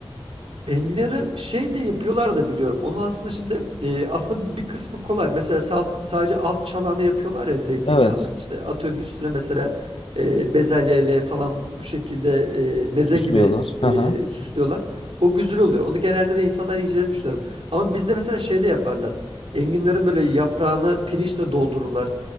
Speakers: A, on the right (about 75°); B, on the left (about 70°).
A: Enginarı şey de yapıyorlar da biliyorum. Onun aslında şimdi e, aslında bir kısmı kolay. Mesela sal- sadece alt çanağını yapıyorlar ya zeytinyağla.
B: Evet.
A: İşte atıyorum üstüne mesela e, bezelyeyle falan bu şekilde e, meze
B: Süslüyorlar.
A: gibi
B: Hı
A: e,
B: hı.
A: süslüyorlar. O güzel oluyor. Onu genelde de insanlar yiyeceğini düşünüyorum. Ama bizde mesela şey de yaparlar. Enginlerin böyle yaprağını pirinçle doldururlar.